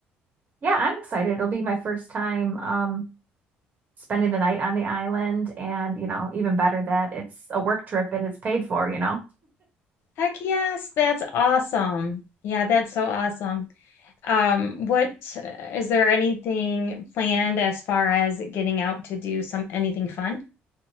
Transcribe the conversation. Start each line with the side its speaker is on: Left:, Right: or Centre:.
Right: Yeah, I'm excited. It'll be my first time um spending the night on the island and, you know, even better that it's a work trip and it's paid for, you know.
Left: Heck yes, that's awesome. Yeah, that's so awesome. Um, what is there anything planned as far as getting out to do some anything fun?